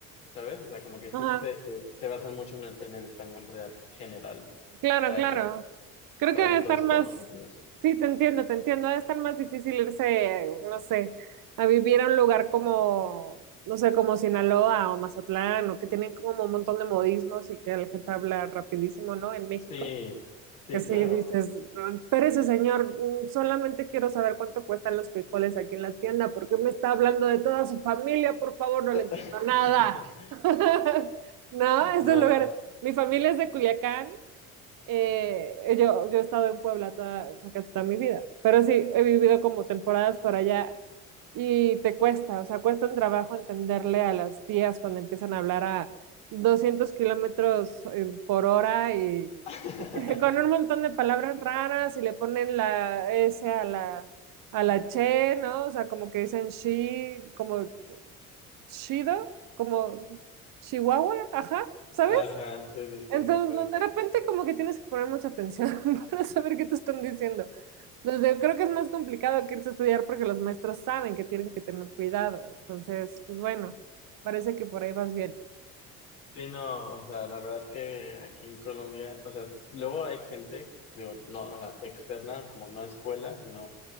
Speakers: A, on the left; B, on the right.
A: ¿sabes? O sea, como que sí
B: Ajá,
A: se, se, se basan mucho en el, en el español real general
B: claro,
A: para
B: claro.
A: que,
B: Creo
A: para
B: que debe
A: que todos
B: estar
A: podamos
B: más,
A: entender.
B: sí, te entiendo, te entiendo, debe estar más difícil irse, no sé, a vivir a un lugar como, no sé, como Sinaloa o Mazatlán, o que tienen como un montón de modismos y que la gente habla rapidísimo, ¿no? En México,
A: Sí, sí,
B: que sí
A: claro.
B: dices, pero ese señor, mm, solamente quiero saber cuánto cuestan los frijoles aquí en la tienda, porque me está hablando de toda su familia, por favor, no
A: <laughs>
B: le entiendo nada. <laughs> No, es
A: No.
B: un lugar, mi familia es de Culiacán. Eh, yo, yo he estado en Puebla toda, o sea, casi toda mi vida, pero sí he vivido como temporadas por allá y te cuesta, o sea, cuesta un trabajo entenderle a las tías cuando empiezan a hablar a 200 kilómetros eh, por hora y
A: <laughs>
B: <laughs> con un montón de palabras raras y le ponen la S a la, a la che, ¿no? O sea, como que dicen she, como chido, como chihuahua, ajá, ¿sabes?
A: Ajá, sí, sí, sí,
B: Entonces,
A: sí,
B: no, de
A: sí.
B: repente como que tienes que poner mucha atención <laughs> para saber qué te están diciendo. Entonces, creo que es más complicado que irse a estudiar porque los maestros saben que tienen que tener cuidado. Entonces, pues bueno, parece que por ahí vas bien.
A: Sí, no, o sea, la verdad que aquí en Colombia, o sea, s- luego hay gente, digo, no, o sea, externa, como no escuela, sino